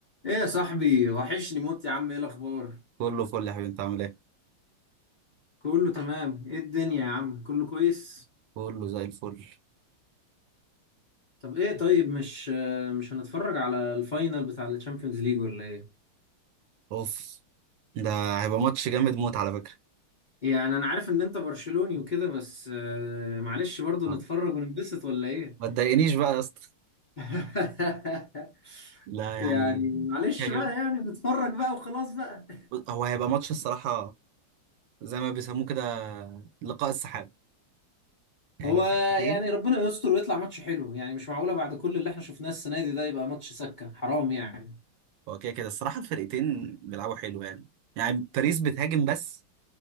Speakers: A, on the left (about 85°); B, on the right (about 70°).
A: ايه يا صاحبي وحشني موت يا عم ايه الاخبار
B: كله فل يا حبيبي انت عامل ايه
A: كله تمام ايه الدنيا يا عم كله كويس
B: كله زي الفل
A: طب ايه طيب مش مش هنتفرج على الفاينل بتاع الشامبيونز ليج ولا ايه
B: اوف ده هيبقى ماتش جامد موت على فكره
A: يعني انا عارف ان انت برشلوني وكده بس آه، معلش برضو
B: اه.
A: نتفرج وننبسط ولا ايه
B: ما تضايقنيش بقى يا اسطى
A: <laughs>
B: لا
A: يعني
B: يعني
A: معلش
B: كده كده.
A: بقى يعني نتفرج بقى وخلاص بقى
B: هو هيبقى ماتش الصراحه زي ما بيسموه كده لقاء السحاب هيبقى
A: هو
B: فرقتين
A: يعني ربنا يستر ويطلع ماتش حلو يعني مش معقولة بعد كل اللي احنا شفناه السنة دي ده يبقى ماتش سكة حرام يعني
B: هو كده كده الصراحه الفرقتين بيلعبوا حلو يعني يعني باريس بتهاجم بس